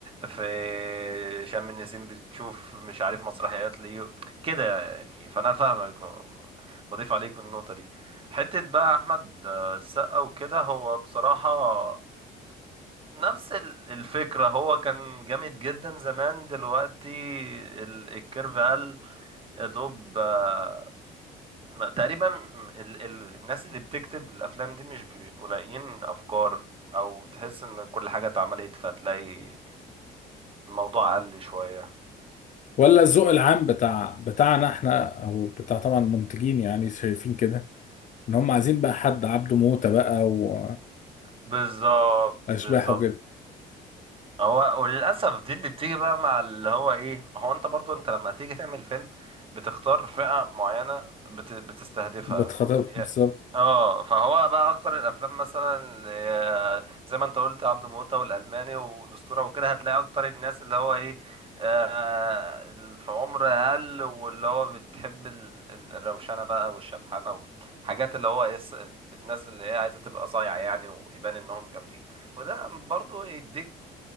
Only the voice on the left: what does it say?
ولا الذوق العام بتاع بتاعنا احنا او بتاع طبعا المنتجين يعني شايفين كده ان هم عايزين بقى حد عبده موته بقى و
اشباح
وكده
بتخاطر
بالظبط